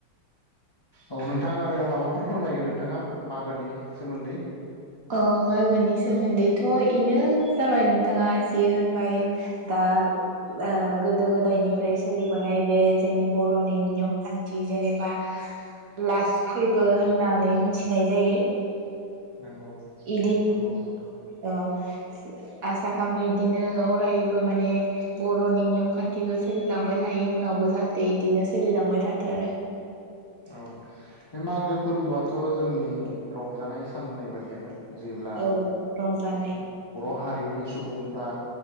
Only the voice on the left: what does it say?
औ नोंथाङा माबाफोर फोरमायगोन
नंगौ
नंगौ नोंथां
औ बे मागो फोरबोआ थ' जोंनि जेब्ला
हारिनि सुबुंफ्रा